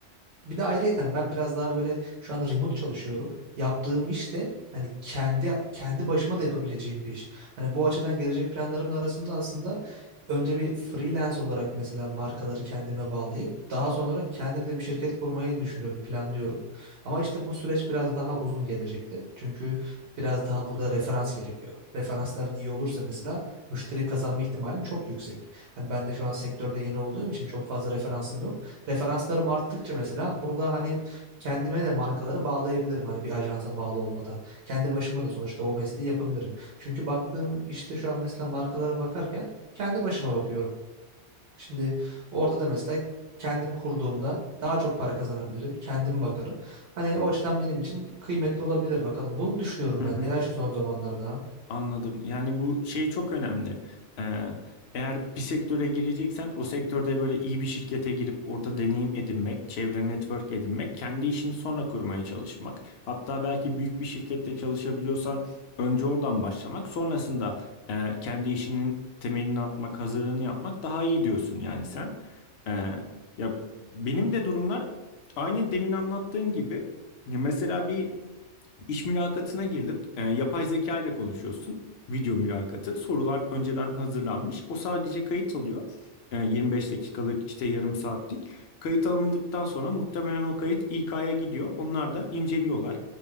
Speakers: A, on the right (about 60°); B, on the left (about 65°).
A: Bir de ayrıyeten ben biraz daha böyle şu an remote çalışıyorum. Yaptığım iş de hani kendi kendi başıma da yapabileceğim bir iş. Hani bu açıdan gelecek planlarımın arasında aslında önce bir freelance olarak mesela markaları kendime bağlayıp daha sonra kendim de bir şirket kurmayı düşünüyorum, planlıyorum. Ama işte bu süreç biraz daha uzun gelecekti. Çünkü biraz daha burada referans gerekiyor. Referansların iyi olursa mesela müşteri kazanma ihtimalin çok yüksek. Hani ben de şu an sektörde yeni olduğum için çok fazla referansım yok. Referanslarım arttıkça mesela burada hani kendime de markaları bağlayabilirim. Hani bir ajansa bağlı olmadan. Kendi başıma da sonuçta o mesleği yapabilirim. Çünkü baktığım işte şu an mesela markalara bakarken kendi başıma bakıyorum. Şimdi orada da mesela kendim kurduğumda daha çok para kazanabilirim. Kendim bakarım. Hani o açıdan benim için kıymetli olabilir bakalım. Bunu düşünüyorum
B: Hı
A: ben
B: hı.
A: de ya şu son zamanlarda.
B: Anladım. Yani bu şey çok önemli. Ee, eğer bir sektöre gireceksen o sektörde böyle iyi bir şirkete girip orada deneyim edinmek, çevre network edinmek, kendi işini sonra kurmaya çalışmak. Hatta belki büyük bir şirkette çalışabiliyorsan önce oradan başlamak, sonrasında e, kendi işinin temelini atmak, hazırlığını yapmak daha iyi diyorsun yani sen. Ee, ya benim de durumlar aynı demin anlattığın gibi. Ya mesela bir İş mülakatına girdim. Ee, yapay zeka ile konuşuyorsun. Video mülakatı. Sorular önceden hazırlanmış. O sadece kayıt alıyor. Ee, 25 dakikalık işte yarım saatlik. Kayıt alındıktan sonra muhtemelen o kayıt İK'ya gidiyor. Onlar da inceliyorlar.